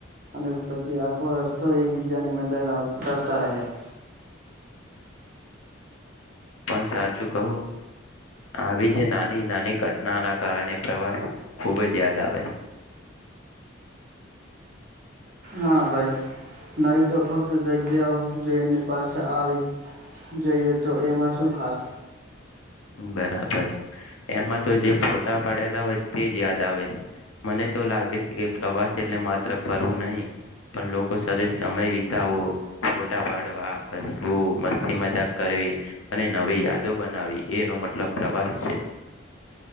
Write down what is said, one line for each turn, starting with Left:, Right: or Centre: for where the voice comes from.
Right: અને પછી આખો રસ્તો એકબીજાની મજાક ઉતારતા રહ્યા
Left: પણ સાચું કહું આવી જ નાની નાની ઘટનાના કારણે પ્રવાસ ખૂબ જ યાદ આવે
Right: હા ભાઈ નવી તો ફક્ત જગ્યા જોઈને પાછા આવી જઈએ તો એમાં શું ખાસ
Left: બરાબર એમાં તો જે ફોટા પાડેલા હોય તે જ યાદ આવે મને તો લાગે છે કે પ્રવાસ એટલે માત્ર ફરવું નહીિ પણ લોકો સાથે સમય વિતાવવો ફોટા પાડવા હસવું મસ્તી મજાક કરવી અને નવી યાદો બનાવી એનો મતલબ પ્રવાસ છે